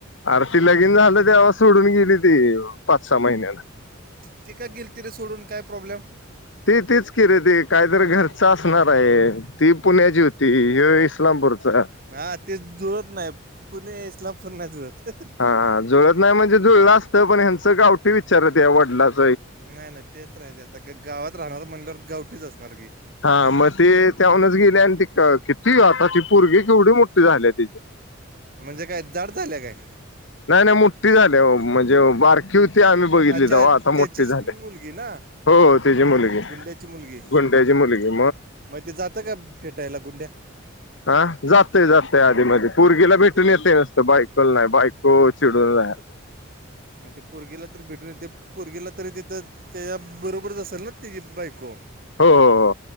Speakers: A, on the left; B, on the right.
A: आरती लगेन झालं तेव्हा सोडून गेली तेी पाच सहा महिन्याला.
B: ती- ती काय गेल तिे सोडून काय प्रॉब्लेम
A: तेी तेच कि र ते काहीतरी घरच असणार आहे ती पुण्याची होती हे इस्लामपूरचा
B: हा ते जुळत नाही पुणे इस्लामपूर नाही जुळत
A: हा जुळत नाही म्हणजे जुळलं असतं पण ह्यांचं गावठी विचारत या वडलाच
B: नाही नाही तेच राहायचं आता गावात राहणार म्हणल्यावर गावटीच असणार की
A: हा मग ते त्याहनच गेले आणि ती किती आता ती परगी केवढी मोठी झाली तची <inaudible>
B: म्हणजे काय दट झाल्या काय
A: नाही नाही मोठठी झाली म्हणजे बार किुती आम्ही बघितली
B: अच्छा
A: जावा आता
B: त्याचीच
A: मोठीे झाले
B: मुलगी ना
A: हो त्याची मुलगी
B: गुंड्याची मुलगी
A: गुंड्याची मुलगी
B: मग ते जात का भेटायला गुंड्या
A: ह हा जातय जातय आधीमध्ये परगीला भेटून येतय नसतं बायकोला नाही बायको चिडून जाला
B: मग ते पोरगेला तर भेटून येते पुोरगेला तरी तिथं त्याच्या बरोबरच असेल ना तिचीी बायको
A: हो हो हो